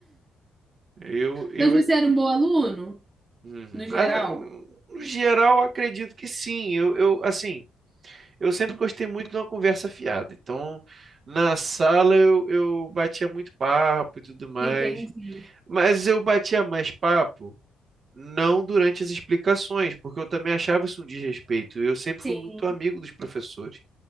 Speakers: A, on the right; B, on the right.
A: Eu, eu,
B: Mas você
A: ac-
B: era um bom aluno,
A: Uhum.
B: no
A: Mas,
B: geral?
A: ah, no geral, acredito que sim. Eu, eu, assim, eu sempre gostei muito de uma conversa fiada. Então, na sala eu, eu batia muito papo e tudo mais.
B: Entendi.
A: Mas eu batia mais papo. não durante as explicações, porque eu também achava isso um desrespeito. Eu sempre
B: Sim.
A: fui muito amigo dos professores.